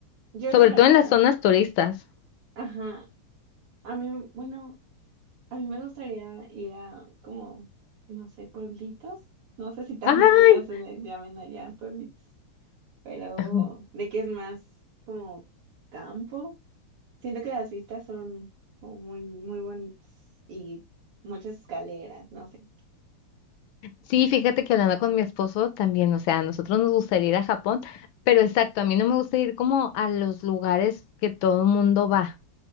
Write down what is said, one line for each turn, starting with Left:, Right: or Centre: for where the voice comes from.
Right: Yo
Left: sobre
Right: la verdad,
Left: todo en las zonas turistas.
Right: ajá, a mí, bueno, a mí me gustaría ir a como, no sé, pueblitos. No sé si también
Left: Ay,
Right: allá se les llamen allá pueblitos, pero
Left: <laughs>
Right: de que es más como campo. Siento que las vistas son como muy, muy bonitas y muchas escaleras, no sé.
Left: sí, fíjate que hablando con mi esposo también, o sea, a nosotros nos gustaría ir a Japón, pero exacto, a mí no me gusta ir como a los lugares que todo el mundo va.